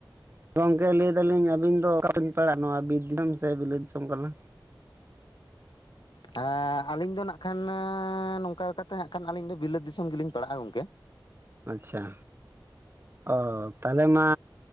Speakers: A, on the right; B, on the left.
A: ᱜᱚᱢᱠᱮ ᱞᱟᱹᱭ ᱫᱟᱞᱤᱧ ᱟᱹᱵᱤᱱ ᱫᱚ ᱚᱠᱟᱵᱤᱱ ᱯᱟᱲᱟᱜ-ᱟ ᱱᱚᱣᱟ ᱵᱤᱨ ᱫᱤᱥᱚᱢ ᱥᱮ ᱵᱤᱞᱟᱹᱛ ᱫᱤᱥᱚᱢ ᱠᱟᱱᱟ?
B: ᱟᱸ ᱟᱞᱤᱧ ᱫᱚ ᱱᱟᱜ ᱠᱷᱟᱱ ᱟᱻ ᱱᱚᱝᱠᱟ ᱞᱮᱠᱟᱛᱮ ᱦᱟᱸᱜ ᱠᱷᱟᱱᱞᱤᱧ ᱵᱤᱞᱟᱹᱛ ᱫᱤᱥᱚᱢ ᱜᱮᱞᱤᱧ ᱯᱟᱲᱟᱜ-ᱟ ᱜᱚᱝᱠᱮ᱾
A: ᱟᱪ-ᱪᱷᱟ ᱚ ᱛᱟᱦᱞᱮ ᱢᱟ